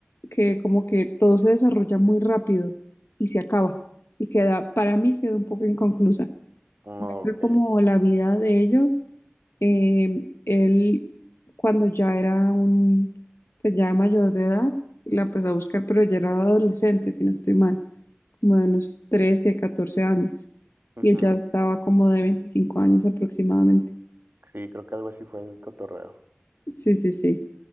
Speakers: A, on the left (about 70°); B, on the right (about 60°).
A: que como que todo se desarrolla muy rápido y se acaba. Y queda, para mí queda un poco inconclusa.
B: Ok.
A: Muestra como la vida de ellos. eh, él, cuando ya era un, pues ya era mayor de edad, la empezó a buscar, pero ya era adolescente, si no estoy mal. como de unos 13 14 años.
B: Ujú.
A: Y ella estaba como de 25 años aproximadamente.
B: Sí, creo que algo así fue el cotorreo.
A: Sí, sí, sí.